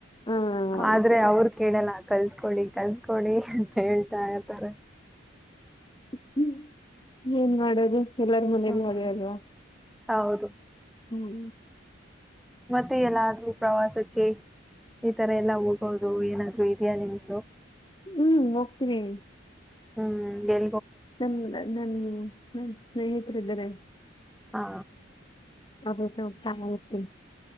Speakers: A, on the left; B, in the centre.
A: ಹಾ ಹೌದು
B: ಆದ್ರೆ ಅವರು ಕೇಳಲ್ಲ ಕಲಿತುಕೊಳ್ಳಿ ಕಲಿತುಕೊಳ್ಳಿ ಅಂತ ಹೇಳ್ತಾ ಇರ್ತಾರೆ.
A: <unintelligible> ಹ್ಮ್ ಏನ್ ಮಾಡೋದು ಎಲ್ಲಾರ್ ಮುಂದೆನೂ
B: ಹ್ಮ್
A: ಹೊರದು
B: ಹೌದು
A: ಹ್ಮ್
B: ಮತ್ತೆ ಎಲ್ಲಾದ್ರೂ ಪ್ರವಾಸಕ್ಕೆ ಈ ತರ ಎಲ್ಲಾ ಹೋಗೋರು ಏನಾದ್ರು ಇದೆಯಾ ನಿಮ್ದು
A: ಹ್ಮ್ ಹೋಗ್ತೀನಿ
B: ಹ್ಮ್ ಎ
A: ನನ್ ನನ್ ನನ್ ಸ್ನೇಹಿತರು ಇದ್ದಾರೆ
B: ಹಾ
A: ಅದು ಹೋಗ್ತಾ ಹೋಗ್ತಾ ಹೋಗಿರತ್ತೀನಿ